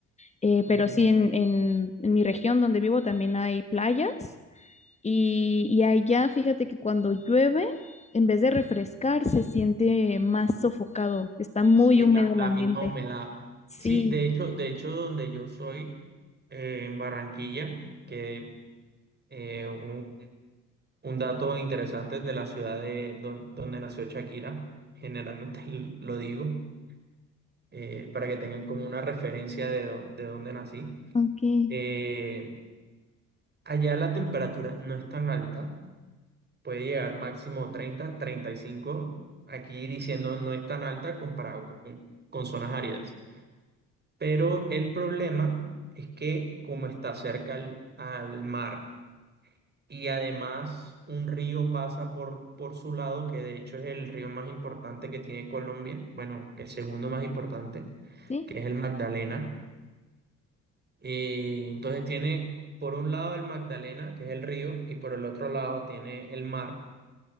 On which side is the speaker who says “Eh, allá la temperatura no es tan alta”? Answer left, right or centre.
Right